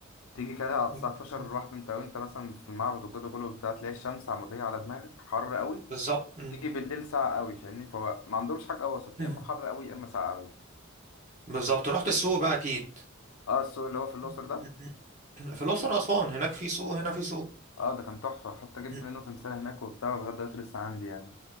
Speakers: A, on the left; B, on the right.
A: تيجي كده على
B: م-
A: الساعة 12
B: م.
A: الواحدة انت وانت مثلا في المعبد والجو كله بتاع تلاقي الشمس عمودية على دماغك حر قوي
B: بالظبط م.
A: تيجي بالليل ساقع قوي فاهمني فهو ما عندهمش حاجة وسط
B: <clears throat>
A: يا اما حر قوي يا اما ساقع قوي
B: بالظبط رحت السوق بقى اكيد
A: اه السوق اللي هو في الأقصر
B: <clears throat>
A: ده
B: في الاقصر واسوان هناك في سوق هنا في سوق
A: اه ده كان تحفة حتى جبت
B: <clears throat>
A: منه تمثال هناك وبتاع ولغاية دلوقتي لسه عندي يعني